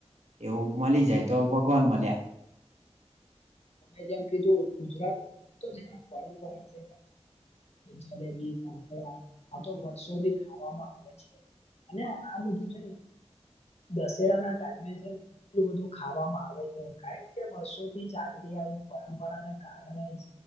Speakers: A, on the right; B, on the left.
A: એવું મલી જાય તો ભગવાન મળ્યા.
B: તમે જેમ કીધું ગુજરાત તો જે પરંપરા છે જલેબી ફાફડા આ તો વર્ષોથી ખાવામાં આવે છે અને આ બધું છે ને દશેરા ના ટાઈમે છે ને એટલું બધું ખાવામાં આવે છે કારણ કે વર્ષોથી ચાલ ચાલતી આઈ પરંપરાને કારણે જ